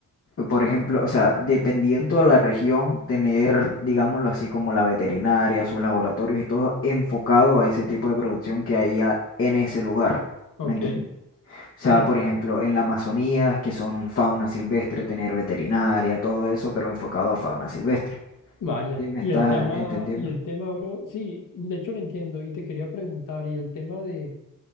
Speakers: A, on the left; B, on the left.
A: Por ejemplo, o sea, dependiendo de la región, tener, digámoslo así, como la veterinaria, sus laboratorios y todo enfocado a ese tipo de producción que haya en ese lugar.
B: Ok,
A: ¿Me entiendes? O sea,
B: sí,
A: por ejemplo, en la Amazonía, que son fauna silvestre, tener veterinaria, todo eso, pero enfocado a fauna silvestre.
B: vaya.
A: ¿Sí me estás
B: Y el tema,
A: entendiendo?
B: y el tema, bro, sí, de hecho lo entiendo y te quería preguntar, y el tema de